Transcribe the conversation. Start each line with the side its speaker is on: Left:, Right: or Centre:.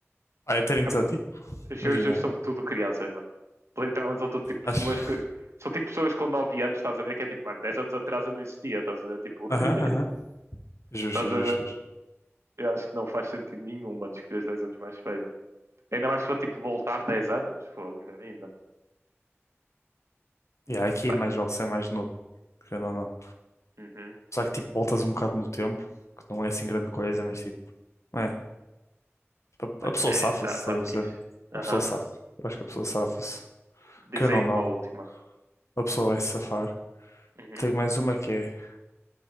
Left: Ah, é ter iniciativa,
Right: É- Os juros
Left: imagina. é.
Right: são tudo crianças, mano. Literalmente são tudo tipo pessoas
Left: Acho.
Right: que... São tipo pessoas com 9 anos, estás a ver? Que é tipo, mano, 10 anos atrás eu não existia, estás a ver? Tipo, <laughs>
Left: Aham, aham. Justo,
Right: estás
Left: justo,
Right: a ver?
Left: justo.
Right: Eu acho que não faz sentido nenhum, mano, escolheres 10 anos mais velho. Ainda mais se for tipo voltar 10 anos, fogo, melhor ainda.
Left: Yeah, aqui
Right: Vai.
Left: é mais vale ser mais novo, querendo ou não.
Right: Uhum.
Left: Só que tipo, voltas um bocado no tempo, que não é assim grande coisa, mas tipo, é. Tipo,
Right: Mano,
Left: a a pessoa
Right: É,
Left: safa-se,
Right: tá,
Left: estás
Right: tá fixe.
Left: a perceber?
Right: Aham.
Left: A pessoa safa-se. Eu acho que a pessoa safa-se.
Right: Diz
Left: Querendo
Right: aí
Left: ou não,
Right: uma última.
Left: a pessoa vai se safar.
Right: Uhum.
Left: Tenho mais uma que é: